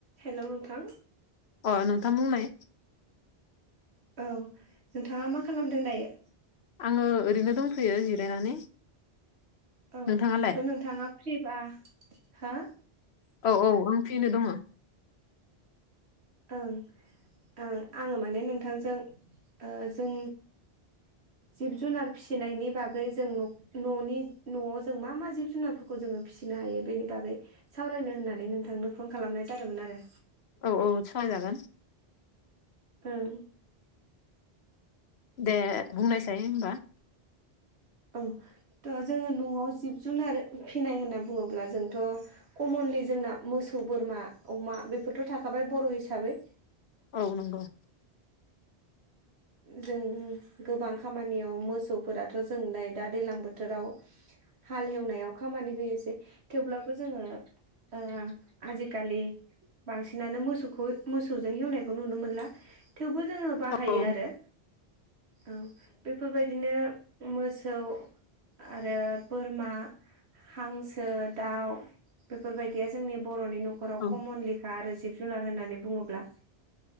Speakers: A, on the right (about 80°); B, on the left (about 75°).
A: हेल' नोंथां
B: अ नोंथां बुंनाय
A: औ नोंथाङा मा खालामदों दायो।
B: आङो ओरैनो दंथैयो जिरायनानै।
A: औ
B: नोंथाङालाय
A: थ' नोंथाङा फ्रिबा हो
B: औ औ आं फैनो दङ।
A: ओं ओं आङो माने नोंथांजों जों जिब जुनार फिसिनायनि बागै जों न'नि न'आव जों मा मा जिब जुनारफोरखौ जोङो फिसिनो हायो बेनि बागै सावरायनो होननानै नोंथांनो फन खालामनाय जादोंमोन आरो।
B: औ औ सहायजागोन
A: ओं
B: दे बुंनायसै होनबा
A: औ थ' जोङो न'आव जिब जुनार फिसिनाय होनना बुङोब्ला जोंथ' कमनलि जोंना मोसौ बोरमा अमा बेफोरथ' थाखाबाय बर' हिसाबै
B: औ नंगौ।
A: जों गोबां खामानियाव मोसौफोराथ' जोंलनाय दा दैलां बोथोराव बोथोराव हाल एवनायाव खामानि होयोसै थेवब्लाबो जोङो ओ आजिखालि बांसिनानो मोसौखौ मोसौजों हेवनायखौ नुनो मोनला थेवबो जोङो बाहायो
B: औ
A: आरो औ बेफोरबायदि बिदिनो मोसौ आरो बोरमा हांसो दाउ बेफोरबायदिया जोंनि बर'नि न'खराव
B: औ
A: कमनलिखा आरो जिब जुनार होननानै बुङोब्ला